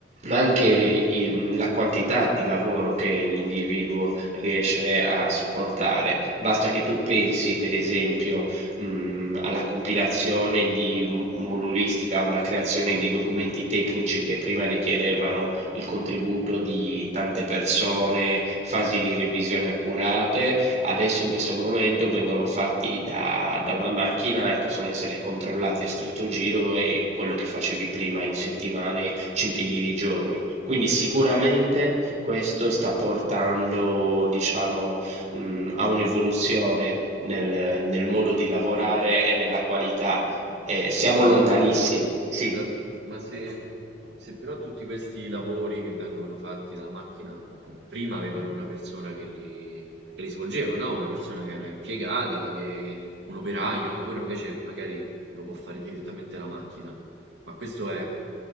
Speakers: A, on the right; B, on the right.
A: ma anche il- la quantità di lavoro che l'individuo riesce a sopportare. Basta che tu pensi, per esempio, mh, alla compilazione di m- modulistica o alla creazione di documenti tecnici che prima richiedevano il contributo di tante persone, fasi di revisione accurate, adesso in questo momento vengono fatti da, da una macchina e possono essere controllati a stretto giro e quello che facevi prima in settimane ci impieghi di giorni. Quindi sicuramente questo sta portando, diciamo, mh, a un'evoluzione nel, nel modo di lavorare e nella qualità. Eh, siamo
B: Ma,
A: lontanissimi,
B: mm,
A: sì.
B: dal- ma se, se però tutti questi lavori che vengono fatti dalla macchina prima avevano una persona che li, che li svolgeva, no? Una persona che era impiegata, che, un operaio, un- ora invece magari lo può fare direttamente la macchina. Ma questo è,